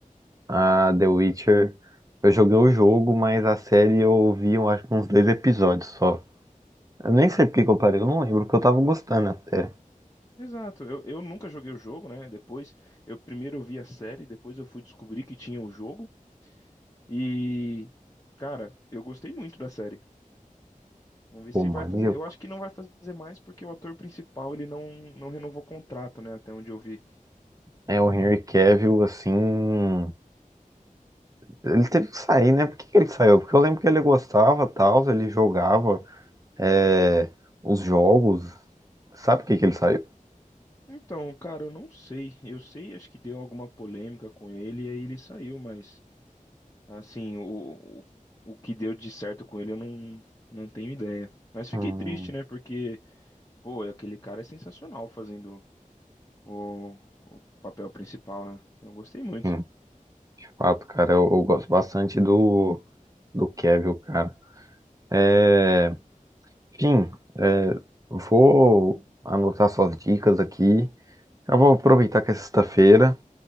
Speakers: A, on the right; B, on the left.
A: A The Witcher, eu joguei o jogo, mas a série eu vi, eu acho que uns dois episódios só. Eu nem sei por que que eu parei, eu não lembro, porque eu tava gostando até.
B: Exato, eu, eu nunca joguei o jogo, né? Depois, eu primeiro vi a série, depois eu fui descobrir que tinha o jogo. E, cara, eu gostei muito da série. Vamos ver
A: Pô,
B: se
A: mano,
B: vai fazer.
A: e eu
B: Eu acho que não vai fazer mais porque o ator principal ele não, não renovou o contrato, né? Até onde eu vi.
A: É, o Henry Cavill, assim. Ele teve que sair, né? Por que que ele saiu? Porque eu lembro que ele gostava, tal, ele jogava é, os jogos. Sabe por que que ele saiu?
B: Então, cara, eu não sei. Eu sei, acho que deu alguma polêmica com ele e aí ele saiu, mas assim, o, o, o que deu de certo com ele eu não, não tenho ideia. Mas fiquei
A: Hum,
B: triste, né? Porque, pô, aquele cara é sensacional fazendo o, o papel principal, né? Eu gostei muito.
A: sim, de fato, cara, eu, eu gosto bastante do, do Cavill, cara. É, enfim, é, vou anotar suas dicas aqui. Eu vou aproveitar que é sexta-feira.